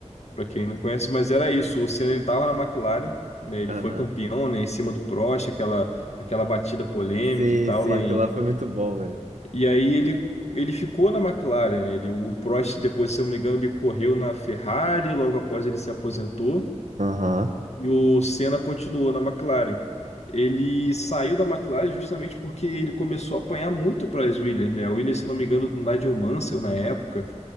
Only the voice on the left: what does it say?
pra quem não conhece, mas era isso. O Senna ele tava na McLaren, né? Ele
foi campeão, né? Em cima do Prost, aquela, aquela batida polêmica
e tal,
lá
em,
E aí ele, ele ficou na McLaren, né? Ele, o Prost, depois, se eu não me engano, ele correu na Ferrari, logo após ele se aposentou,
e o Senna continuou na McLaren. Ele saiu da McLaren justamente porque ele começou a apanhar muito para as Williams, né? A Williams, se eu não me engano, do Nigel Mansell na época.